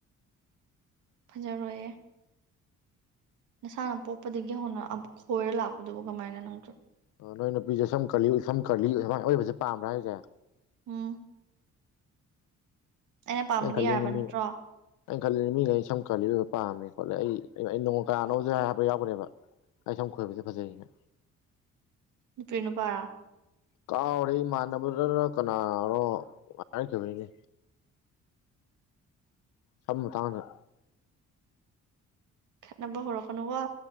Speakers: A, on the right (about 80°); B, on the left (about 80°).
A: ꯐꯖꯔꯣꯏꯌꯦ꯫ ꯅꯁꯥꯅ ꯄꯣꯛꯄꯗꯒꯤ ꯍꯧꯅ ꯈꯣꯏꯔ ꯂꯥꯛꯄꯗꯨꯕꯨ ꯀꯃꯥꯏꯅ ꯅꯪꯖꯨ꯫
B: ꯅꯣꯏ ꯅꯨꯄꯤꯁꯦ ꯁꯝ ꯀꯂꯤ ꯁꯝ ꯀꯜꯂꯤ ꯁꯃꯥꯏꯅ ꯑꯣꯏꯕꯁꯦ ꯄꯥꯝꯕ꯭ꯔꯥ ꯍꯥꯏꯁꯦ?
A: ꯎꯝ ꯑꯩꯅ ꯄꯥꯝꯕꯗꯤ
B: ꯑꯪꯈꯜꯂꯤꯅꯤ
A: ꯌꯥꯔꯕ ꯅꯠꯇ꯭ꯔꯣ
B: ꯃꯤ ꯑꯪꯈꯜꯂꯤꯅꯤ ꯃꯤ ꯂꯣꯏꯅꯥ ꯁꯝ ꯀꯥꯔꯜꯂꯤ ꯑꯣꯏꯕ ꯄꯥꯝꯃꯦ ꯁꯤꯅꯤ꯫ ꯍꯣꯠꯂꯦ ꯑꯩ ꯅꯣꯡ ꯀꯥꯅꯣꯁꯨ ꯍꯥꯏꯔꯛꯄ ꯌꯥꯎꯈꯅꯦꯕ ꯑꯩ ꯁꯝ ꯈꯣꯏꯕꯁꯦ ꯐꯖꯩꯅ꯫
A: ꯅꯨꯄꯤꯔꯥ ꯅꯨꯄꯔꯥ?
B: ꯀꯥꯎꯔꯦ ꯏꯃꯥꯟꯅꯕꯗꯅ ꯀꯅꯥꯅꯅꯣ ꯍꯥꯏꯔꯛꯈꯤꯕꯅꯦ꯫ ꯁꯝ ꯃꯇꯥꯡꯗ꯫
A: ꯈꯠꯅꯕ ꯍꯧꯔꯛꯀꯅꯨ ꯀꯣ꯫